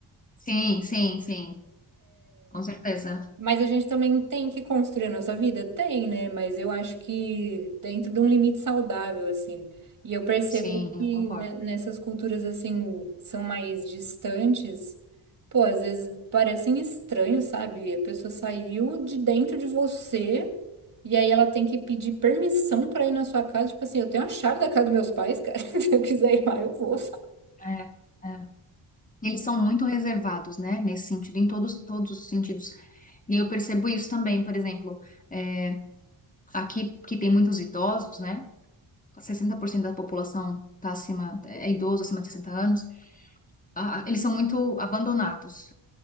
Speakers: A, on the left (about 15°); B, on the right (about 40°).
A: sim, sim, sim, com certeza,
B: Mas a gente também tem que construir a nossa vida? Tem, né? Mas eu acho que dentro de um limite saudável, assim. E eu percebo
A: sim, eu
B: que
A: concordo.
B: né, nessas culturas, assim, que são mais distantes, pô, às vezes parecem estranhos, sabe? A pessoa saiu de dentro de você e aí ela tem que pedir permissão pra ir na sua casa. Tipo assim, eu tenho a chave da casa dos meus pais, cara. <laughs> Se eu quiser ir lá, eu vou,
A: É, é. é. Eles são muito reservados, né, nesse sentido, em todos, todos os sentidos. E eu percebo isso também, por exemplo. é, Aqui, que tem muitos idosos, né? sessenta por cento da população está acima, é idoso acima de sessenta anos ah, eles são muito abandonados.